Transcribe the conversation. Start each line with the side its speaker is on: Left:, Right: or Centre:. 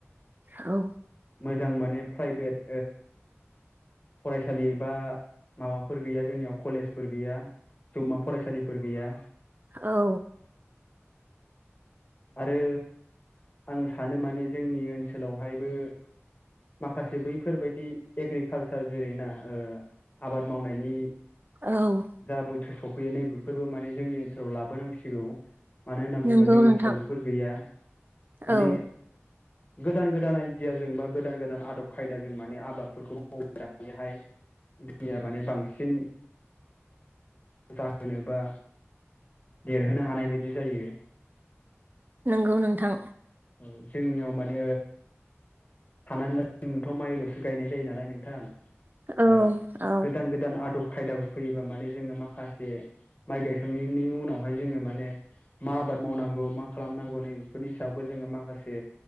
Right: औ
Left: मोजां माने प्राइभेट। फरायसालि बा माबाफोर गैया जोंनियाव कलेजफोर गैया। जौमा फरायसालिफोर गैया।
Right: औ।
Left: आरो। आं सानो माने जोंनि ओनसोलावहायबो माखासे बैफोरबायदि। एग्रिकालसार जेरैना आबाद मावनायनि
Right: औ
Left: जा बोथोर सफैयो नै बेफोरबो माने जोंनि ओनसोलाव लाबोनांसिगौ। मानो होनना बुङोबा
Right: नंगौ
Left: जोंनि
Right: नोंथां
Left: ओनसोलाव बेफोर गैया माने।
Right: औ
Left: गोदान- गोदान आइडियाजों बा गोदान - गोदान आदब खायदाजों माने आबादफोरखौ मावनाय हाय दैया माने बांसिन जाहोनोबा देरहोनो हानाय बायदि जायो
Right: नंगौ नोंथां
Left: औ जोंनियाव मानो साना जोंथ' माइल'सो गायनाय जायो नालाय नोंथां
Right: औ
Left: ओ
Right: औ
Left: गोदान - गोदान आदब खायदाफोर फैयोबा माने जोङो माखासे माइ गायखांनायनि उनावहाय जोङो माने मा आबाद मावनांगौ मा खालामनांगौ नै बेफोरनि सायाव बो जोङो माखासे